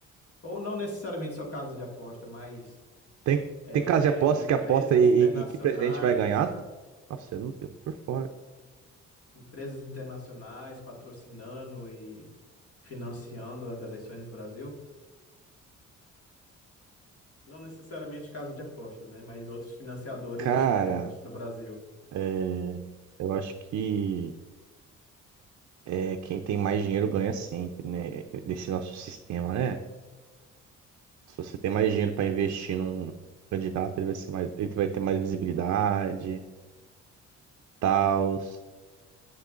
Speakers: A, on the left; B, on the right.
A: Ou não necessariamente só casas de aposta, mas
B: Tem,
A: é,
B: tem casa de aposta
A: empresas
B: que aposta e,
A: internacionais,
B: e- e que presidente vai ganhar? Nossa, eu não, eu tô por fora.
A: empresas internacionais patrocinando e financiando as eleições do Brasil? Não necessariamente casa de apostas, né? Mas outros financiadores
B: Cara,
A: externos do Brasil.
B: é, eu acho que é, quem tem mais dinheiro ganha sempre, né? Nesse nosso sistema, né? Se você tem mais dinheiro para investir num candidato, ele vai ser mais, ele vai ter mais visibilidade, tal.